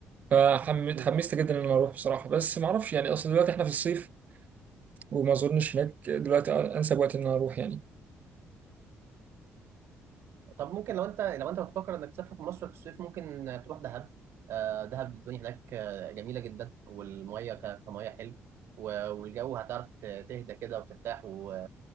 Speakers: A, on the right; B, on the right.
A: فحمست
B: بالظبط
A: حمست جدا إن أنا أروح بصراحة بس معرفش يعني أصل دلوقتي إحنا في الصيف وما اظنش هناك دلوقتي انسب وقت ان انا اروح يعني
B: طب ممكن لو أنت لو أنت بتفكر إنك تسافر في مصر في الصيف ممكن تروح دهب آه، دهب الدنيا هناك آه، جميلة جدا والمية ك- كمية حلو و- والجو هتعرف ت- تهدى كده وترتاح و...